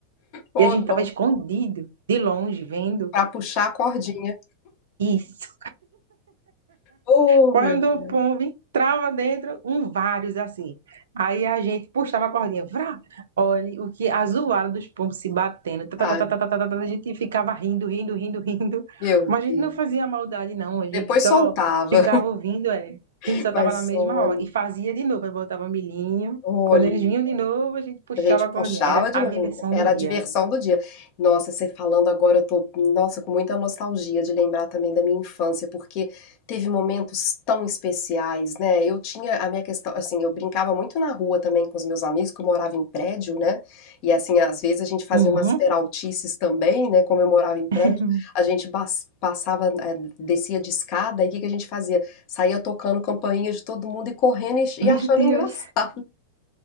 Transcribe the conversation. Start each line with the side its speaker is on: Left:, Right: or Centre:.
Left: oh
Right: E a gente
Left: dó.
Right: tava escondido, de longe, vendo.
Left: Pra puxar a cordinha.
Right: isso
Left: Oh,
Right: Quando
Left: meu Deus.
Right: o pombo entrava dentro, um vários assim. Aí a gente puxava a cordinha, vrá, olha o que a zoada dos pombos se batendo. tá,
Left: Tadinho.
Right: tá, tá, tá, tá, tá, tá, tá, a gente ficava rindo, rindo, rindo, rindo.
Left: Meu
Right: Mas a
Left: Deus.
Right: gente não fazia maldade, não. A gente
Left: Depois
Right: só
Left: soltava.
Right: ficava ouvindo, é.
Left: <laughs>
Right: A gente só
Left: Mas
Right: tava na mesma
Left: olha.
Right: hora. E fazia de novo, aí botava milhinho.
Left: Olha,
Right: Quando eles vinham de novo, a gente puxava
Left: a gente
Right: a
Left: puxava
Right: cordinha. Era
Left: de
Right: a
Left: novo.
Right: diversão
Left: Era
Right: do dia.
Left: a diversão do dia. Nossa, você falando agora, eu tô, nossa, com muita nostalgia de lembrar também da minha infância, porque teve momentos tão especiais, né? Eu tinha a minha questão, assim, eu brincava muito na rua também com os meus amigos, que eu morava em prédio, né? E assim, às vezes a gente fazia
Right: Uhum.
Left: umas peraltices também, né? Como eu morava em prédio,
Right: <laughs>
Left: a gente bas- passava, eh, descia de escada, e o que que a gente fazia? Saía tocando campainha de todo mundo e correndo e
Right: Meu
Left: e achando
Right: Deus,
Left: engraçado.